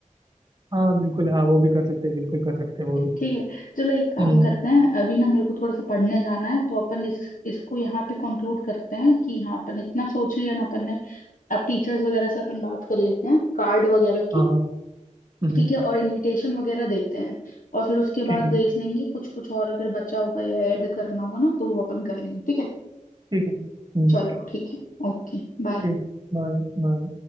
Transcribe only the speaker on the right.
हाँ बिल्कुल हाँ वो भी कर सकते हैं बिल्कुल कर सकते हैं वो भी
हम्म
हाँ हाँ हम्म,
ठीक
है
ठीक है हम्म
ठीक Bye bye